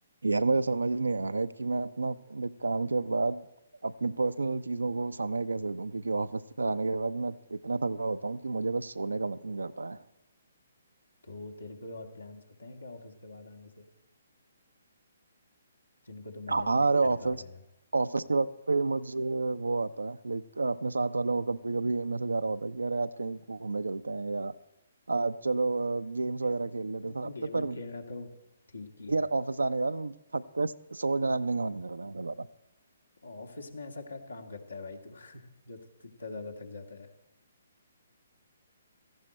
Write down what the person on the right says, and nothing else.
यार मुझे समझ नहीं आ रहा है कि मैं अपना like, काम के बाद अपने पर्सनल चीजों को समय कैसे दूं क्योंकि ऑफिस से आने के बाद मैं इतना थका होता हूँ कि मुझे बस सोने का मन करता है
हाँ
अरे ऑफिस
ऑफिस के वक्त पे मुझे वो आता है लाइक अपने साथ वालों को कभी कभी मैसेज आ रहा होता है कि अरे आज कहीं घूमने चलते हैं या आज चलो गेम्स
वगैरह खेल लेते हैं साथ
पे
पर
यार ऑफिस आने के बाद थक के सो जाने का मन करता है